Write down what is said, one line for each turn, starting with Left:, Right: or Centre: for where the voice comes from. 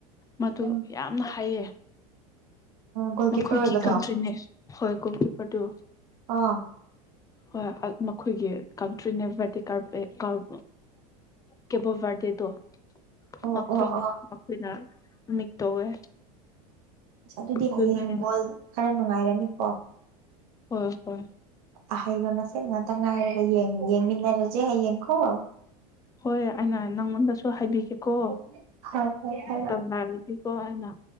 Left: ꯃꯇꯣ
Right: ꯎꯝ
Left: ꯌꯥꯝꯅ ꯍꯥꯏꯌꯦ
Right: ꯒꯣꯜ
Left: ꯃꯈꯣꯏꯒꯤ
Right: ꯀꯤꯞꯄꯔ ꯑꯣꯏꯕꯗꯣ
Left: ꯀꯟꯇ꯭ꯔꯤꯅꯦ ꯍꯣꯏ ꯒꯣꯜꯀꯤꯞꯄꯔꯗꯨ
Right: ꯑꯥ
Left: ꯍꯣꯏ ꯃꯈꯣꯏꯒꯤ ꯀꯟꯇ꯭ꯔꯤꯅꯦ ꯕꯔꯗꯤ ꯀꯥꯔꯞ ꯑꯦ ꯀꯥꯔꯞ ꯀꯦꯕꯣꯕꯥꯔꯗꯦ ꯇꯣ
Right: ꯑꯣ
Left: ꯃꯈꯣꯏꯅꯦ
Right: ꯑꯣ ꯑꯣ
Left: ꯃꯈꯣꯏꯅ ꯅꯤꯛ ꯇꯧꯋꯦ
Right: ꯑꯁ ꯑꯗꯨꯗꯤ
Left: ꯑꯗꯨꯅꯦ
Right: ꯍꯌꯦꯡ ꯕꯣꯜ ꯈꯔ ꯅꯨꯡꯉꯥꯏꯔꯅꯤꯀꯣ
Left: ꯍꯣꯏ ꯍꯣꯏ
Right: ꯑꯍꯩꯕ ꯃꯁꯦꯜ ꯉꯥꯠꯇ ꯉꯥꯏꯔꯒ ꯌꯦꯡ ꯌꯦꯡꯃꯤꯟꯅꯔꯁꯦ ꯍꯌꯦꯡꯈꯣ
Left: ꯍꯣꯏ ꯑꯩꯅ ꯅꯪꯉꯣꯟꯗꯁꯨ ꯍꯥꯏꯕꯤꯒꯦꯀꯣ
Right: ꯍꯣꯏ ꯍꯣꯏ ꯍꯥꯏꯔꯣ
Left: ꯇꯝꯅꯔꯤꯛ ꯒꯤꯀꯣ ꯑꯩꯅ